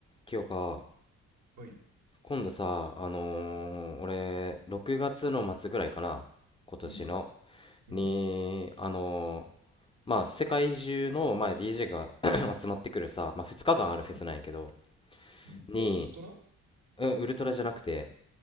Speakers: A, on the left; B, on the right.
A: 清か、
B: はい。
A: 今度さ、あのー俺、6月の末ぐらいかな、今年の、
B: うん、うん、
A: に、あのーまあ、世界中の、まあ、DJ が <clears throat> 集まってくるさ、まあ、2日間あるフェスなんやけど、
B: うん、うん。
A: に、
B: ウルトラ
A: うんウルトラじゃなくて、